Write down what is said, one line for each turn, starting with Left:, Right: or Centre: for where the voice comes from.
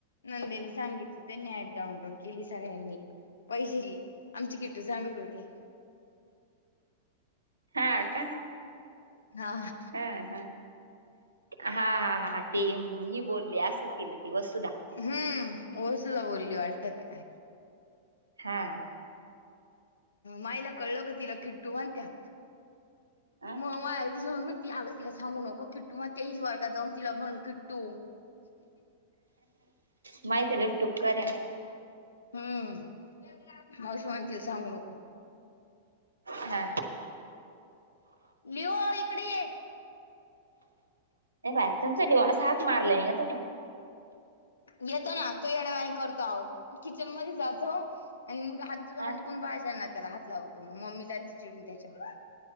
Left: नंदेनी सांगितलं त्यांनी ऍप डाउनलोड केली सगळ्यांनी पैसे क आमची किट सांगत होती
Right: हा का
Left: हा.
Right: आ हा, हा हा हा. आ ते ही बोलली असंल तिला ती वस्तुधा.
Left: हम्म ओ सुद्धा बोलली वाटतं का
Right: हा.
Left: माईला कळलं ग तिला किट्टू म्हणत्या.
Right: अ
Left: मग माय <unintelligible> ती आग तिला सांगू नको किट्टू म्हणत्या, हिच वर्गात जाऊन तिला म्हण किट्टू.
Right: माहित हाय ना <unintelligible>
Left: हम्म. मावशी म्हणलती सांगू नको.
Right: हा.
Left: लिओ इकडे ये.
Right: हे बाय तुमच लिओ असं हाक मारल्यावर येतं का?
Left: येतो ना, तो येड्यावाणी करतो आओ. किचन मध्ये जातो आणि मग हात तुझं
Right: हा
Left: हटकून बाहेर जाणार त्याला हात लावतो म्हणून. मग मी जायची चिडून त्याच्यावर.